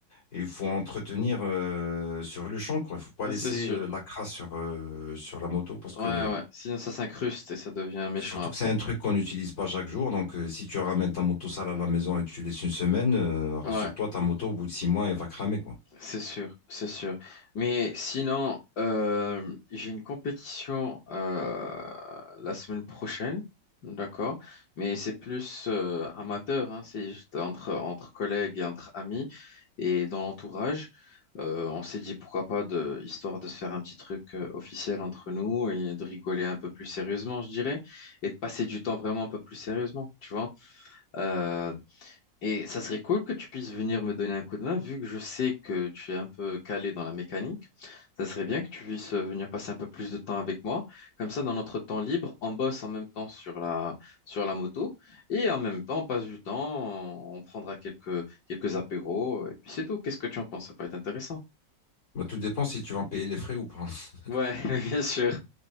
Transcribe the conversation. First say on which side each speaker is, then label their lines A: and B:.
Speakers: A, on the left; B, on the left.
A: Et il faut entretenir euh, sur le champ, quoi. Il faut pas
B: Ça,
A: laisser
B: C'est sûr.
A: euh, la crasse sur, euh, sur la moto parce
B: Ouais,
A: que
B: ouais. Sinon, ça s'incruste et ça devient méchant
A: surtout
B: après.
A: que c'est un truc qu'on n'utilise pas chaque jour. Donc euh, si tu ramènes ta moto sale à la maison et tu laisses une semaine, euh, rassure-toi,
B: Ouais.
A: ta moto au bout de six mois, elle va cramer, quoi.
B: C'est sûr, c'est sûr. Mais sinon, euh, j'ai une compétition euh, la semaine prochaine, d'accord? Mais c'est plus euh, amateur, hein, c'est juste entre, entre collègues et entre amis et dans l'entourage. Euh, on s'est dit pourquoi pas, de, histoire de se faire un petit truc euh, officiel entre nous et de rigoler un peu plus sérieusement, je dirais, et de passer du temps vraiment un peu plus sérieusement, tu vois? Euh, et ça serait cool que tu puisses venir me donner un coup de main, vu que je sais que tu es un peu calé dans la mécanique. Ça serait bien que tu puisses euh, venir passer un peu plus de temps avec moi. Comme ça, dans notre temps libre, on bosse en même temps sur la, sur la moto et en même temps, on passe du temps, on on prendra quelques, quelques apéros et puis c'est tout. Qu'est-ce que tu en penses? Ça peut être intéressant.
A: Bah, tout dépend si tu vas payer les frais ou pas. <laughs>
B: Ouais, <laughs> bien sûr.